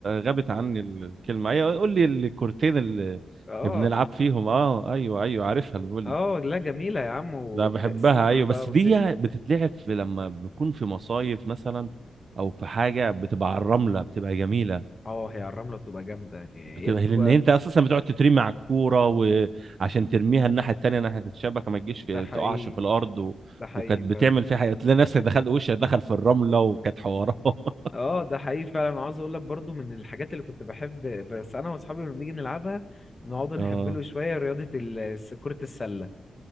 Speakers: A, on the right (about 55°); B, on the left (about 25°).
A: غابت عني الكلمه ايوه قول لي الكورتين اللي
B: اه
A: بنلعب فيهم اه ايوه ايوه عارفها الفولي
B: اه لا جميلة يا عم والتقسيمة
A: لا بحبها ايوه
B: بقى
A: بس
B: والدنيا
A: دي بتتلعب في لما بنكون في مصايف مثلا او في حاجه بتبقى على الرمله بتبقى جميله
B: اه هي على الرملة بتبقى جامدة يعني
A: بتبقى
B: هي بتبقى
A: لان انت اساسا بتقعد تترمي على الكوره وعشان ترميها الناحيه التانيه ناحيه الشبكه ما تجيش في
B: ده حقيقي
A: تقعش في الارض و...
B: ده حقيقي
A: وكانت بتعمل
B: فعلا
A: فيها حاجه تلاقي نفسك دخلت وشك دخل في الرمله وكانت حوارات <laughs>
B: اه ده حقيقي فعلا عاوز اقول لك برضو من الحاجات اللي كنت بحب بس انا واصحابي لما بنيجي نلعبها نقعد نهبله
A: اه
B: شويه رياضه ال- كره السله